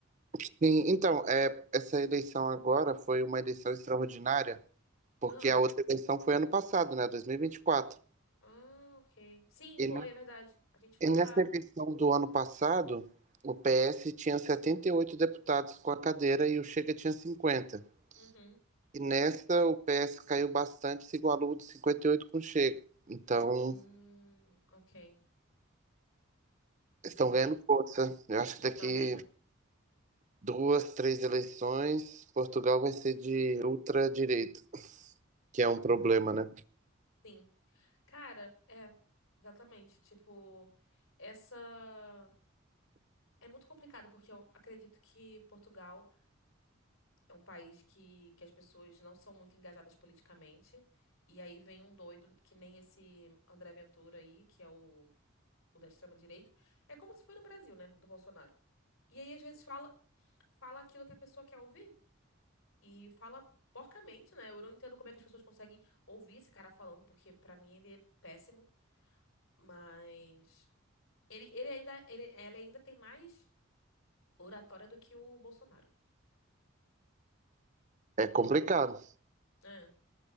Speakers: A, on the right; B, on the left.
A: Sim, então, é, essa eleição agora foi uma eleição extraordinária, porque
B: Ah,
A: a outra eleição foi ano passado, né, dois mil E, vinte e quatro.
B: ah, ok. Sim,
A: E
B: foi,
A: ne-
B: é verdade. A gente foi
A: e nessa
B: lá.
A: eleição do ano passado, o PS tinha 78 deputados com a cadeira e o Chega tinha 50.
B: Uhum.
A: E nessa, o PS caiu bastante, se igualou de 58 com o Chega. Então,
B: Hum, ok. Entendi.
A: estão ganhando força. Eu acho que daqui
B: Então mesmo.
A: duas, três eleições, Portugal vai ser de ultradireita, que é um problema, né?
B: Sim. Cara, é, exatamente. Tipo, essa. É muito complicado, porque eu acredito que Portugal é um país que, que as pessoas não são muito engajadas politicamente. E aí vem um doido, que nem esse André Ventura aí, que é o, o da extrema-direita. É como se foi no Brasil, né? Do Bolsonaro. E aí, às vezes, fala, fala aquilo que a pessoa quer ouvir. E fala porcamente, né? Eu não entendo como é que as pessoas conseguem ouvir esse cara falando, porque pra mim ele é péssimo. Mas ele, ele ainda, ele, ela ainda tem mais oratória do que o Bolsonaro.
A: É complicado.
B: É.